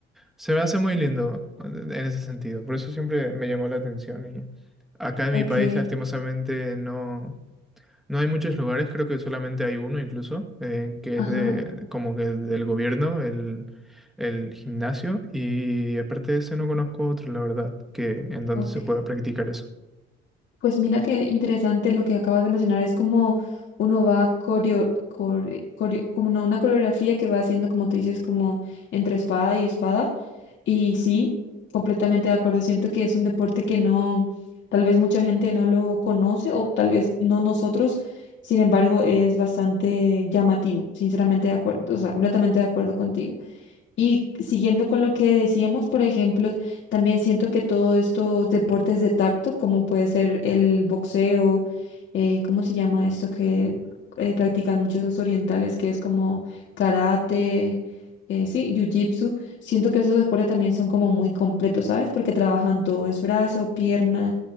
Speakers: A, in the centre; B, on the left (about 65°).
A: Se me hace muy lindo eh, en ese sentido, por eso siempre me llamó la atención y acá en
B: Ok,
A: mi país lastimosamente no, no hay muchos lugares, creo que solamente hay uno incluso, eh, que
B: ajá,
A: es de como que del gobierno, el, el gimnasio y aparte de ese no conozco otro, la verdad, que en donde
B: ok.
A: se pueda practicar eso.
B: Pues mira qué interesante lo que acabas de mencionar, es como uno va coreo, core- coreo- como una una coreografía que va haciendo, como tú dices, como entre espada y espada. Y sí, completamente de acuerdo, siento que es un deporte que no, tal vez mucha gente no lo conoce o tal vez no nosotros, sin embargo, es bastante llamativo, sinceramente de acuerdo, o sea, completamente de acuerdo contigo. Y siguiendo con lo que decíamos, por ejemplo, también siento que todos estos deportes de tacto, como puede ser el boxeo, eh, ¿cómo se llama esto que eh, practican muchos los orientales, que es como karate, eh, sí, jiu-jitsu, siento que esos deportes también son como muy completos, ¿sabes? Porque trabajan todo, es brazo, pierna,